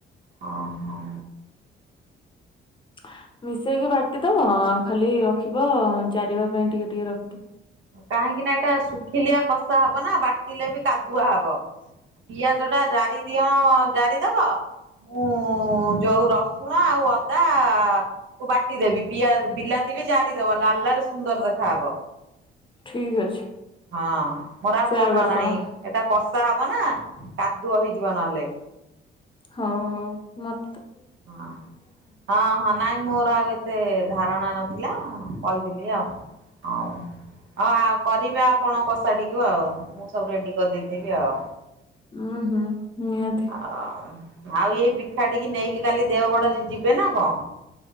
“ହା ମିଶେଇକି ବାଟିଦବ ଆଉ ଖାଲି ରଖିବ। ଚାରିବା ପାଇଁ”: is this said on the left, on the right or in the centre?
Left